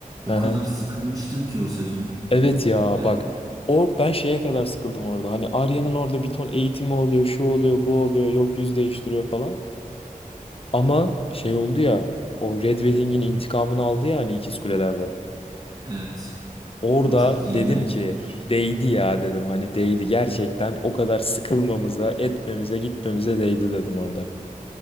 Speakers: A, on the right (about 25°); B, on the left (about 40°).
A: O
B: Hı
A: kadar
B: hı.
A: sıkılmıştım ki o sezon.
B: Evet ya
A: Yani
B: bak o ben şeye kadar sıkıldım orada. Hani Arya'nın orada bir ton eğitimi oluyor, şu oluyor, bu oluyor, yok yüz değiştiriyor falan. Ama şey oldu ya o Red Wedding'in intikamını aldı ya hani İkiz Kuleler'de.
A: evet
B: Orada
A: o çok
B: dedim
A: iyiydi.
B: ki değdi ya dedim hani değdi gerçekten o kadar sıkılmamıza etmemize gitmemize değdi dedim orada.